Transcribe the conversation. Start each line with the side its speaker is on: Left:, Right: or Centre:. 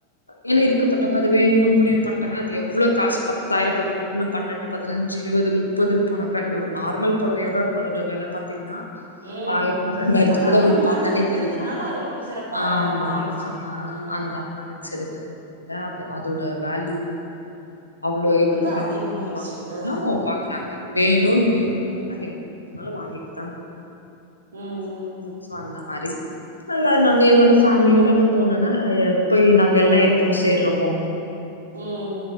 Left: ஏனா இருக்கப்பட்டவ்ங்க அது வேணுன் முடிவு பண்டாங்னா அது எவ்ளோ காசு பத்தாயிர பதுனொன்னு பன்னெண்டு பதுனஞ்சு இருவது முப்பதுன் போனக்கூட ஒரு நார்மல் பொடவையாதா இருக்கு அதோட வெல பாத்தீங்னா
Right: ம்
Left: ஆயிர ரெண்டாயிரத்துக்குள்ளதாவரு
Right: அந்த அம்மன் மேல
Left: பாத்தாலே
Right: செலுத்துறதுனால
Left: தெரியு
Right: அது ரொம்ப சிறப்பா
Left: ஆஹ் ஆமா
Right: மாறிடுச்சு
Left: ஆஹ்
Right: அது ம்
Left: அந்த அம்மா வீட் செலவு அது அதோட வேல்யூ வந்து அவ்ளோ எவ்ளோ
Right: வந்து
Left: பணங்
Right: அதிகமாயிடுச்சு
Left: குடுத்து வாங்கிறதுனாலு
Right: ஆ ஆ
Left: வாங்குறாங்க வே இன்னு முடிவு பண்டாங்னா ரெண்டு குடுத்தனால வாங்கிட்டு தா போணு
Right: உம் உம்
Left: சோ அந்த மாரி நல்லா நாங்க என்னோட ஃபேம்லியோட நா போனனா எ போய் நாங்கெல்லா எப்போ சேர்றமோ
Right: உஹம்